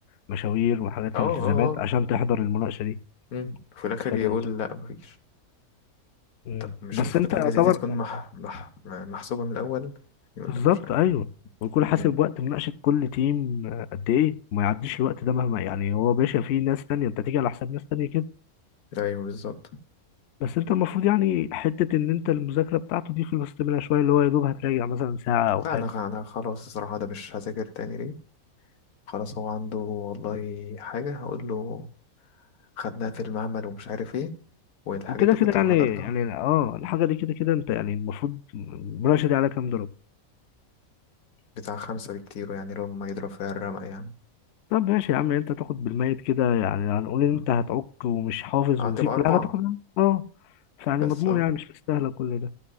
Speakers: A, on the left (about 65°); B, on the left (about 85°).
A: مشاوير وحاجات
B: اه اه
A: الالتزامات
B: اه
A: عشان تحضر المناقشه دي
B: مم. في الاخر
A: فده
B: يقول لا مفيش
A: مم.
B: طب مش
A: بس
B: المفروض
A: انت
B: حاجة زي
A: طبعا
B: دي تكون مح... مح... محسوبة من الأول يقول
A: بالظبط
B: لك مش عارف
A: ايوه ويكون حاسب
B: مم.
A: وقت مناقشه كل تيم آه، قد ايه ما يعديش الوقت ده مهما يعني هو باشا في ناس تانية انت تيجي على حساب ناس تانية كده
B: أيوه بالظبط
A: بس انت المفروض يعني حته ان انت المذاكره بتاعته دي خلصت منها شويه اللي هو يا دوب هتراجع مثلا ساعه
B: لا
A: او حاجه
B: أنا خ- أنا خلاص الصراحة ده مش هذاكر تاني ليه خلاص هو عنده والله حاجة هقول له خدناها في المعمل ومش عارف ايه والحاجات
A: وكده
B: دي
A: كده
B: كنت
A: يعني
B: محضرتها
A: يعني اه الحاجه دي كده كده انت يعني المفروض المناقشه دي على كام درجه
B: بتاع خمسة بكتير يعني لو ما يضرب فيها الرمق يعني
A: طب ماشي يا عم انت تاخد بالميت كده يعني هنقول ان
B: مم.
A: انت هتعك ومش حافظ
B: هتبقى
A: ونسيت كل
B: أربعة
A: حاجه تاخدها اه فيعني
B: بس
A: مضمون
B: اه
A: يعني مش مستاهله كل ده